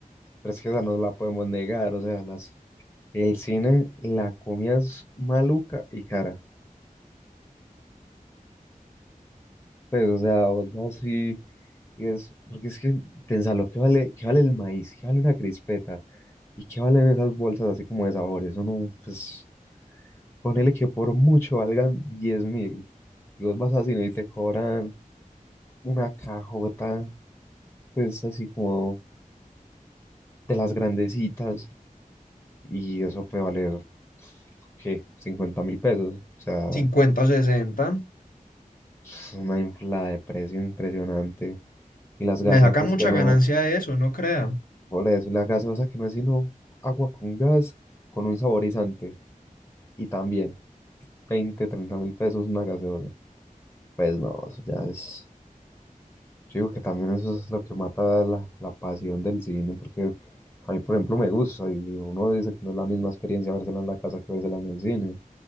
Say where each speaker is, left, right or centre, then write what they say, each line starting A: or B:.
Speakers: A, on the left (about 15°); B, on the left (about 75°).
A: pero es que esa no la podemos negar, o sea, las, el cine, la comida es maluca y cara. Pues, o sea, vos vas y, y ves, porque es que, pensalo, ¿qué vale, qué vale el maíz? ¿Qué vale una crispeta? ¿Y qué valen esas bolsas así como de sabores? Uno, pues, ponele que por mucho valgan diez mil. Y vos vas al cine y te cobran una cajota, pues, así como de las grandecitas y eso puede valer, ¿qué? cincuenta mil pesos. O sea,
B: cincuenta o sesenta,
A: es una inflada de precio impresionante. Y las gaseosas
B: Le sacan mucha
A: que no,
B: ganancia de eso, no crea.
A: por eso, y la gaseosa que no es sino agua con gas, con un saborizante. Y también veinte treinta mil pesos una gaseosa. Pues no, eso ya es... Yo digo que también eso es lo que mata la, la pasión del cine, porque a mí, por ejemplo, me gusta y uno dice que no es la misma experiencia vérsela en la casa que vérsela en el cine.